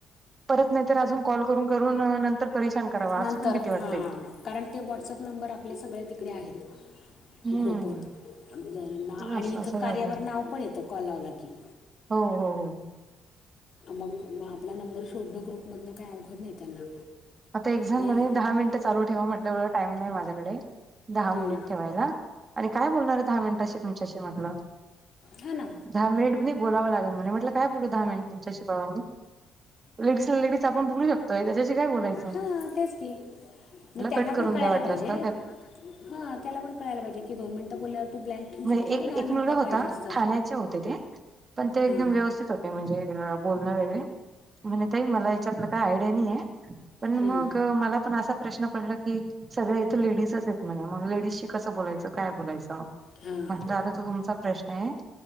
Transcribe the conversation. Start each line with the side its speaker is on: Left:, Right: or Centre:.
Right: परत नाहीतर अजून कॉल करून करून नंतर परिशान करावा
Left: नंतर
Right: असं पण भीती वाटते
Left: हां कारण ते व्हॉट्सअप नंबर आपले सगळे तिकडे आहेत.
Right: हम्म
Left: ग्रुपवर आणि
Right: असं
Left: इथं
Right: असं
Left: कार्यावर
Right: झालं
Left: नाव पण येतं कॉल लावला की
Right: हो हो हो
Left: मग मग आपला नंबर शोधणं ग्रुपमधनं काही अवघड नाही त्यांना
Right: आता एक्झाम
Left: नाही
Right: म्हणे दहा मिनिट चालू ठेवा म्हटलं एवढं टाइम नाही माझ्याकडे, दहा
Left: हम्म
Right: मिनिट ठेवायला. आणि काय बोलणार आहे दहा मिनिट अशी तुमच्याशी म्हटलं
Left: हां ना
Right: दहा मिनिट बी नाही बोलाव लागेल, म्हणे म्हटलं काय बोलू दहा मिनिट तुच्याशी बा मी लेडीजला लेडीज आपण बोलू शकतोय त्याच्याशी काय बोलायच
Left: हा तेच की मी त्यांना
Right: कट करून
Left: पण कळायला
Right: द्या वाटलं
Left: पाहिजे.
Right: असतं
Left: हा त्याला पण कळायला पाहिजे की दोन मिनिटं बोलल्यावर तु ब्लँक ठेवू
Right: म्या
Left: शकतो ना
Right: एक
Left: दहा
Right: एक
Left: मिनटं
Right: मुलगा होत
Left: पाहिजेस
Right: त्या
Left: तर
Right: ठाण्याचे होते ते पण ते
Left: हां
Right: एकदम व्यवस्थित होते, म्हणजे बोलणं वेगरे म्हणे ताईं मला याच्यातलं काय आयडिया नाही आहे, पण
Left: हं.
Right: मग मला पण असा प्रश्न पडलं की सगळ्या इथं लेडीजच आहेत म्हणे, मग लेडीजशी कसं बोलायचं काय बोलायचं
Left: हां
Right: म्हटलं आता तो तुमचा प्रश्न आहे.